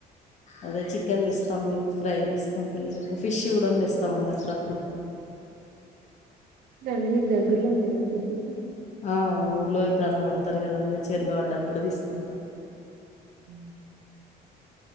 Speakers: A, on the left; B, on the right.
A: అదే చికెన్ ఇస్తాం మేము ఫ్రై చేస్తాం పిల్లలకు ఫిష్ ఇవ్వడం ఇస్తామ అండి అప్పుడప్పుడు
B: బండి మీకు దగ్గర్లో ఉంటాయా ఫిజస్
A: ఆ ఊర్లో ఎప్పుడన్నా పడతారు కదా అందుకే చీరలో పడ్డప్పుడు తీసుకుంటాం
B: అ